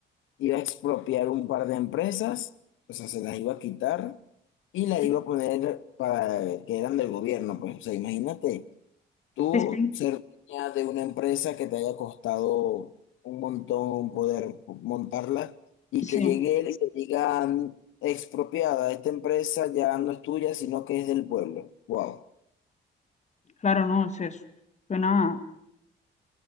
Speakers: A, on the left (about 80°); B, on the left (about 35°).
A: iba a expropiar un par de empresas, o sea, se las iba a quitar y las
B: Sí,
A: iba a poner para que eran del gobierno, pues, o sea, imagínate. Tú
B: sí. sí.
A: ser dueña de una empresa que te haya costado un montón poder montarla y
B: Sí,
A: que llegue él y te digan expropiada, esta empresa ya no es tuya, sino que es del pueblo. Wow.
B: claro, no, sí, es eso. Suena.